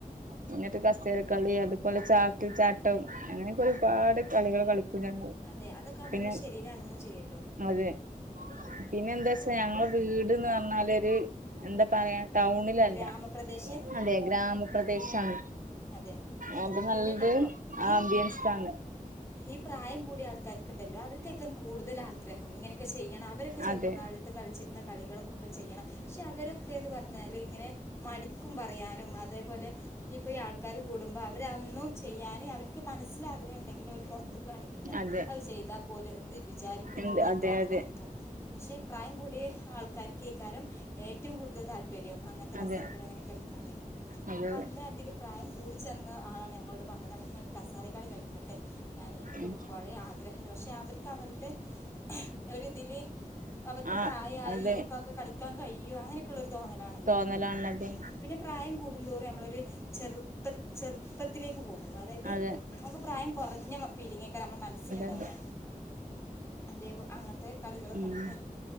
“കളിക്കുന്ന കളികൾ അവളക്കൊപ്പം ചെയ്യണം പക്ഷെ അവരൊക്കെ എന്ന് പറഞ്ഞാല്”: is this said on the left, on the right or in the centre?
Left